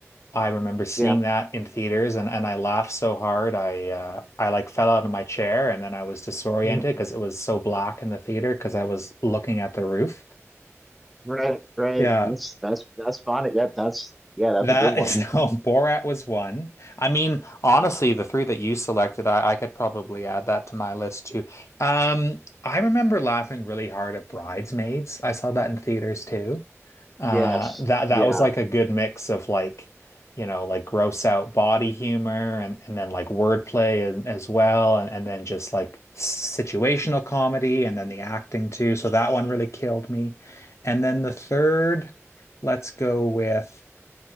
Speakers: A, on the left (about 65°); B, in the centre.
A: I remember seeing
B: Yeah,
A: that in theaters and, and I laughed so hard I uh, I like fell out of my chair and then I was disoriented
B: <laughs> Yeah.
A: because it was so black in the theater because I was looking at the roof.
B: right, right.
A: Yeah,
B: That's that's that's funny. That that's yeah, that's
A: that
B: a good one.
A: is no <laughs> Borat was one. I mean, honestly, the three that you selected, I, I could probably add that to my list too. Um, I remember laughing really hard at Bridesmaids. I saw that in theaters too. Uh,
B: Yes,
A: that
B: yeah.
A: that was like a good mix of like, you know, like gross out body humor and and then like wordplay and as well, and and then just like situational comedy and then the acting too. So that one really killed me. And then the third, let's go with